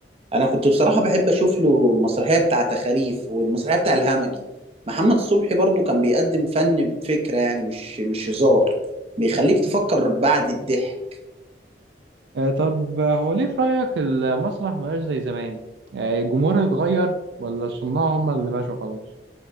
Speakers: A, on the right; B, on the right.
A: انا كنت بصراحه بحب اشوف له المسرحيه بتاعه تخاريف والمسرحيه بتاع الهمجي محمد صبحي برضو كان بيقدم فن بفكره يعني مش مش هزار بيخليك تفكر بعد الضحك
B: آه طب آه، هو ليه في رأيك المسرح مبقاش زي زمان؟ آه الجمهور اتغير ولا الصناع هم اللي ماشوا خلاص؟